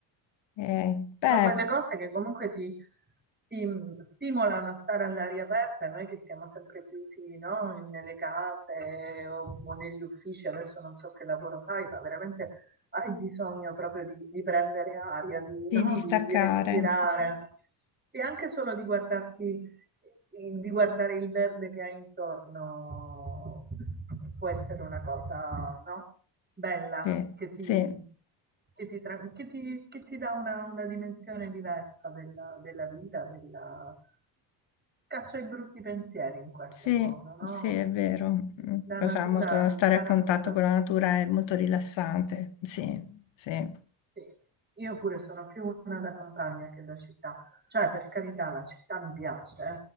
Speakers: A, on the left; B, on the right.
A: Eh, beh,
B: Sono quelle cose che comunque ti, ti stimolano a stare all'aria aperta, e noi che siamo sempre chiusi, no? Nelle case o, o negli uffici, adesso non so che lavoro fai, ma veramente hai bisogno proprio di, di prendere aria, di,
A: di
B: no?
A: distaccare,
B: Di, di respirare. Sì, anche solo di guardarti di guardare il verde che hai intorno può essere una cosa, no? Bella,
A: sì,
B: che ti,
A: sì,
B: che ti, tra- che ti- che ti dà una, una dimensione diversa della, della vita, della... scaccia i brutti pensieri in qualche
A: sì,
B: modo, no?
A: sì, è vero. Mm,
B: La
A: Cosa
B: natura
A: molto, stare
B: sta
A: a contatto
B: a contatto
A: con la natura è molto rilassante, sì, sì.
B: Sì, io pure sono più una da campagna che da città, cioè per carità la città mi piace, eh,